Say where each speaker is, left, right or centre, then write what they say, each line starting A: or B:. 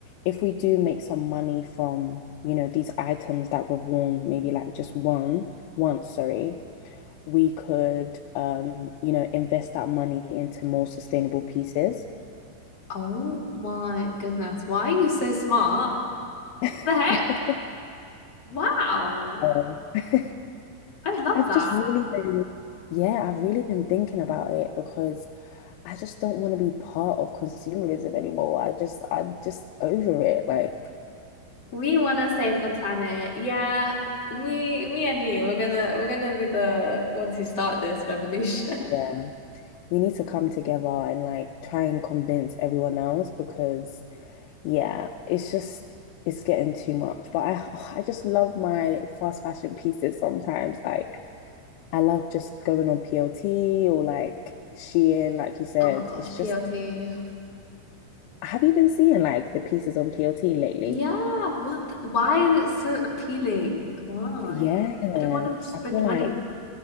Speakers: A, on the left; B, on the left.
A: if we do make some money from, you know, these items that we've worn, maybe like just one, once, sorry, we could, um, you know, invest that money into more sustainable pieces.
B: Oh my goodness. Why are you so smart?
A: <laughs>
B: The heck? Wow.
A: Oh. <laughs>
B: I love
A: I've
B: that.
A: just really been, yeah, I've really been thinking about it because I just don't want to be part of consumerism anymore. I just, I'm just over it. Like,
B: We want to save the planet. Yeah, me, me and you, we're gonna we're gonna be the ones who start this revolution. <laughs>
A: yeah, we need to come together and like try and convince everyone else because, yeah, it's just, it's getting too much. But I, <sighs> I just love my fast fashion pieces sometimes. Like, I love just going on PLT or like Shein, like you said.
B: Oh my gosh,
A: It's
B: PLT.
A: just, have you been seeing like the pieces on PLT lately?
B: Yeah, what? the- why is it so appealing? Why?
A: Yeah, I
B: I don't want to spend
A: feel
B: money.
A: like